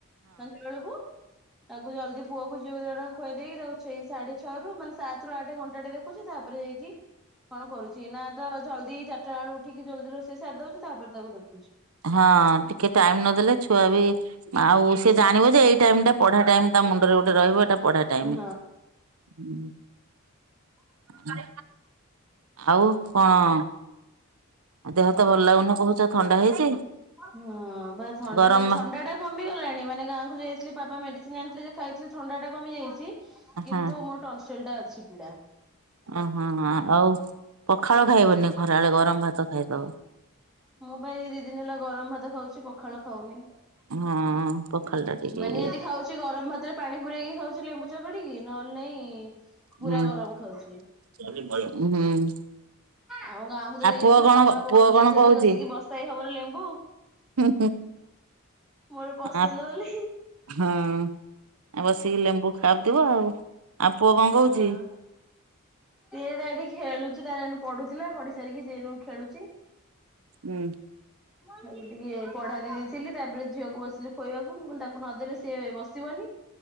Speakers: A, in the centre; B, on the right.
A: ତାଙ୍କରଳକୁ ତାକୁ ଜଲ୍ଦି ପୁଅକୁ <unintelligible> ଜଣା ଖୁଏଇ ଦେଇକି, ଦେଖୁ ସେଇ ସାଢେ ଛଅ ରୁ ମାନେ ସାତ ରୁ ଆଠ ଘଣ୍ଟାଟେ ଦେଖୁଛି। ତା'ପରେ ଏଇକି କଣ କରୁଛି ନା! ତ ଜଲ୍ଦି ଚାର୍ ଟା ବେଳୁ ଉଠିକି ଜଲ୍ଦି ରୋଷେଇ ସାରି ଦଉଛୁ। ତା'ପରେ ତାକୁ ଦେଖୁ।
B: ହଁ, ଟିକେ ଟାଇମ୍ ନଦେଲେ, ଛୁଆ ବି ଆଉ
A: ହଁ।
B: ସେ ଜାଣିବ ଯେ, ଏଇ ଟାଇମ୍ ଟା ପଢା ଟାଇମ଼୍ ତା ମୁଣ୍ଡରେ ଗୋ ରହିବ। ଏଟା ପଢା ଟାଇମି।
A: ହଁ
B: ଉଁ ଉ ଆଉ କଣ? ହ ତ ଭଲ ଲାଗୁନି କହୁଛ! ଥଣ୍ଡା ହେଇଛି।
A: ହଁ, ବା ଥଣ୍ଡା!
B: ଗରମ
A: ଥଣ୍ଡା ଟା କମିଗଲାଣି। ମାନେ ଗାଁକୁ ଯାଇଥିଲି ପାପା ମେଡି ସିନ୍ ଆଣିଥିଲେ ଯେ ଖାଇଥିଲି ଥଣ୍ଡା ଟା କମି ଯାଇଛି। କିନ୍ତୁ
B: ହଁ
A: ମୋର ଟନ୍ସିଲ ଟା ଅଛି ପିଡା।
B: ଅଁ ହ, ଆଉ ପଖାଳ ଖାଇବନି, ଖରାବେଳେ ଗରମ ଭାତ ଖାଇଦବ।
A: ମୁଁ ପା ଏଇ ଦି ଦିନ ହେଲା ଗରମ ଭାତ ଖାଉଛି, ପଖାଳ ଖାଉନି।
B: ହଁ ପଖାଳ ଟା ଟିକେ
A: ମାନେ
B: ଇଏ।
A: ଯଦି ଖାଉଛି। ଗରମ ଭାତରେ ପାଣି ପୁରରେଇକି ଖାଉଛି ଲେମ୍ବୁ ଚକଡିକି। ନହ ନଲେ ନାଇଁ ପୁରା
B: ହୁଁ
A: ଗରମ ଖାଉଛି।
B: ହୁଁ।
A: ଆମ ଗାଁକୁ ତ
B: ଆଉ
A: ଯାଇଥିଲୁ,
B: ପୁଅ କଣ
A: ପାପା ବ
B: ପୁଅ
A: ଦେଇ
B: କଣ
A: ସ ଛନ୍ତି
B: କହୁଛି?
A: କଷିକି ବସ୍ତାଏ ହବର ଲେମ୍ବୁ।
B: ହୁଁ
A: ମୋର
B: ହୁଁ
A: ପସନ୍ଦ ବୋଲି,
B: ହଁ ବସିକି
A: ହି
B: ଲେମ୍ବୁ ଖାଉଥିବ ଆଉ। ଆଉ ପୁଅ କଣ କହୁଛି?
A: ହଁ, ସେ ଡାଡି ଖେଳୁଛ ତାର ଏଇନୁ ପଢୁଥିଲା। ପଢି ସାରିକି ସିଏ ଏନୁ ଖେଳୁଛି।
B: ହୁଁ
A: ଖାଲି ଟିକେ ପଢା ଇ ଥିଲି, ତା'ପରେ ଝିଅକୁ ବସିଲି ଖୋଇବାକୁ। ମୁଁ କହିଲି ତାକୁ ନଦେଲେ ସିଏ ବସିବନି।